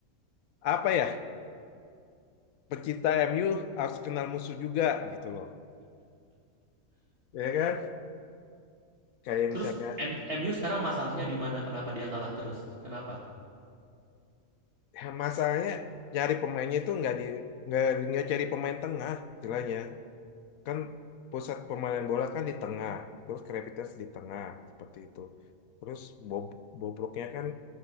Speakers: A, on the left; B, on the right.
A: apa ya? Pecinta MU harus kenal musuh juga gitu loh. Ya kan? Kayak
B: Terus
A: misalnya
B: M- MU sekarang masalahnya di mana? Kenapa dia kalah terus? Kenapa?
A: ya masalahnya cari pemainnya itu nggak di nggak nggak cari pemain tengah istilahnya. kan pusat pemain bola kan di tengah, terus Krepitas di tengah seperti itu. Terus Bob, Bobroknya kan